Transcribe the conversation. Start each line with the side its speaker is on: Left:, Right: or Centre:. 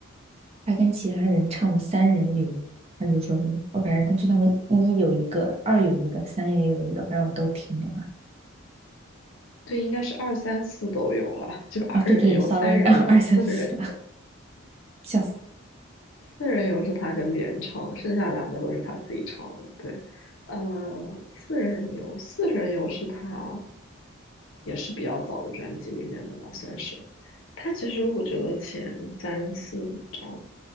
Right: 他跟其他人唱的《三人流》，他就说什么，哦，反正他就他们一有一个，二有一个，三也有一个，反正我都听了。
Left: 对，应该是二三四都有了，就二人游、
Right: 啊，对对，sorry，
Left: 三人游、
Right: <laughs> 二三四，
Left: 四人游
Right: 笑死。
Left: 四人游是他跟别人唱的，剩下两个都是他自己唱的。对，呃，四人游四人游是他也是比较早的专辑里面的吧，算是。他其实我觉得前三四五张，